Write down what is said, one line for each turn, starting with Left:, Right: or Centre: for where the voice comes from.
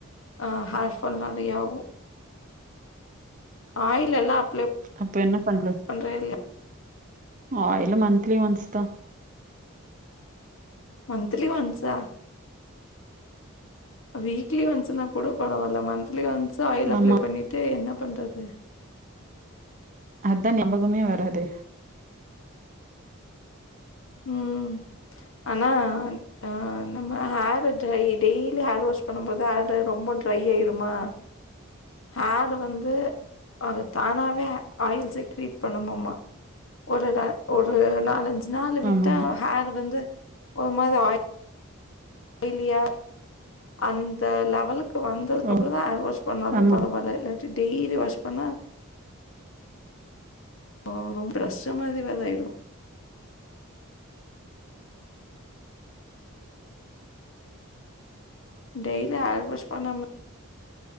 Left: ஆ ஹேர்ஃபால் நறயாகு ஆயில் எல்லா அப்லே
Right: அப்ப என்ன பண்ற
Left: பண்றியா இல்லையா
Right: ஆயிலு மந்த்லி ஒன்ஸ் தா
Left: மந்த்லி ஒண்ஸ்ஸா அ வீக்லி ஒண்ஸ்ன்னா கூட பரவால்ல மந்த்லி ஒண்ஸ் ஆயில் அப்ளை
Right: ஆமா
Left: பண்ணீட்டு என்ன பண்றது
Right: அதா ஞாபகமே வராது
Left: ம் ஆனா அ நம்ம hair dry daily hair wash பண்ணும்போது ஹேர் ரொம்ப ட்ரை ஆயிருமா ஹேர் வந்து அது தானாவே ஆயில் செக்ரீட் பண்ணுமாம்மா ஒரு ர ஒரு நாலஞ்சு நாள் விட்டா
Right: ஆமா
Left: ஹேர் வந்து ஒரு மாதிரி ஆ யிலியா அந்த லெவலுக்கு வந்ததுக்கு
Right: ஓ
Left: அப்பறோ தா ஹேர் வாஷ் பண்ணாலு
Right: ஆமா
Left: பரவால்ல இல்லாட்டி டெய்லி வாஷ் பண்ணா ஓ ரொம்ப பிரஷ்ஷு மாரி வேற ஆய்டு டெய்லி ஹேர் வாஷ் பண்ணாம